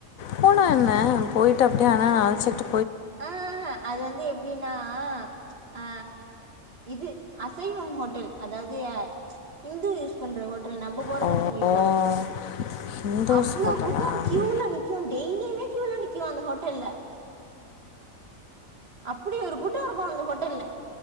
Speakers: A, on the left; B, on the right.
A: போனா என்ன போய்ட்டு அப்டியே அண்ணன அழச்சுட்டு
B: ஆ ஆஹ அது வந்து எப்டீன்னா ஆ இது அசைவம் ஹோட்டல் அதாவது இந்து யூஸ் பண்ற ஹோட்டல் நம்ம போற
A: ஆ
B: ஹோட்டல் இல்ல.
A: ஓ இந்தூஸ்
B: அவ்ளோ
A: ஹோட்டலா
B: கூட்டோ க்யூல நிக்கு டெய்லியுமே கியூல நிக்கு அந்த ஹோட்டெல்ல அப்டி ஒரு கூட்டோ இருக்கு அந்த ஹோட்டெல்ல